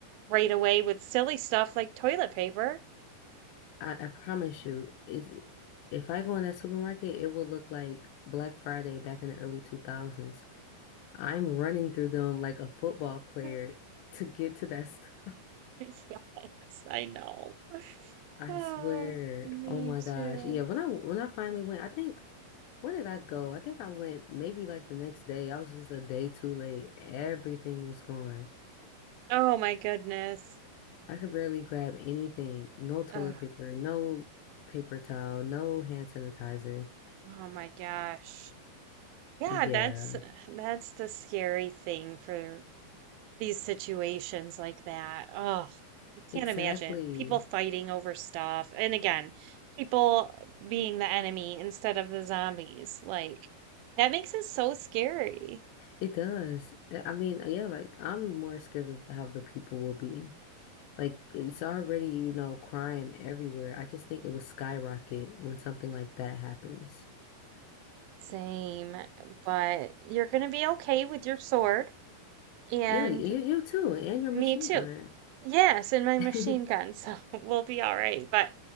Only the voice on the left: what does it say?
I, I promise you, is if I go in that supermarket, it will look like Black Friday back in the early 2000s. I'm running through them like a football player
to get to that stuff.
<laughs> I
swear.
Oh my gosh.
Yeah, when I when I finally went, I think when did I go? I think I went maybe like the next day. I was just a day too late. Everything was gone.
I could barely grab anything. No toilet
paper, no paper towel, no hand sanitizer.
Yeah,
exactly.
It does. Uh, I mean, uh, yeah, like I'm more scared of how the people will be. Like it's already, you know, crime everywhere. I just think it would skyrocket when something like that happens.
Yeah, you you too, and your machine
gun.
<laughs>